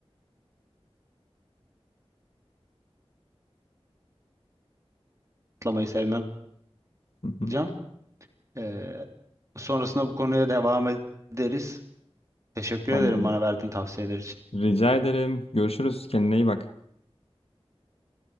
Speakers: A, on the right; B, on the left.
A: atlamayı sevmem.
B: Hı hı.
A: Hocam. E, sonrasında bu konuya devam ederiz. Teşekkür
B: Tamam.
A: ederim bana verdiğin tavsiyeler için.
B: Rica ederim. Görüşürüz. Kendine iyi bak.